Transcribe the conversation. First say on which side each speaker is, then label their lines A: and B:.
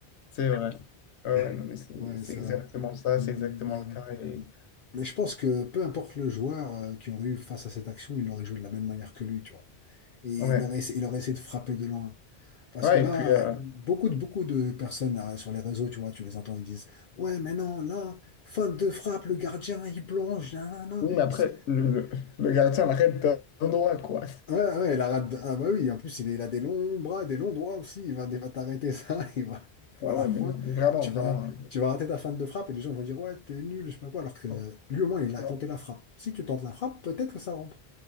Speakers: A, on the left (about 85°); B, on the left (about 55°).
A: C'est vrai.
B: <laughs>
A: Ouais, ouais, non, mais c'est
B: Ouais,
A: c'est
B: c'est
A: exactement
B: vrai.
A: ça,
B: Hmm,
A: c'est exactement
B: Mais
A: le
B: bon.
A: cas. Et...
B: Hmm. Mais je pense que peu importe le joueur euh, qui aurait eu face à cette action, il aurait joué de la même manière que lui, tu vois. Et
A: Ouais.
B: il aurait, essa- il aurait essayé de frapper de loin. Parce
A: Ouais,
B: que là,
A: et puis, euh,
B: beaucoup de, beaucoup de personnes là, sur les réseaux, tu vois, tu les entends, ils disent, Ouais, mais non, là, faute de frappe, le gardien, il plonge, nanana.
A: oui, mais après,
B: Ils se-
A: le, le, le gardien l'arrête d'un droit, quoi.
B: Ouais, ouais, la rate. Ah, bah oui, en plus, il, est- il a des longs bras, des longs doigts aussi. Il va, il va t'arrêter ça, <laughs> il va, il
A: Ouais,
B: va la
A: ouais,
B: prendre.
A: mais, non, mais vraiment,
B: Tu
A: vraiment.
B: vas, tu vas rater ta fin de frappe et les gens vont dire, Ouais, t'es nul, je sais pas quoi. Alors que
A: euh,
B: lui, au moins, il a
A: ouais,
B: tenté la frappe. Si tu tentes la frappe, peut-être que ça rentre.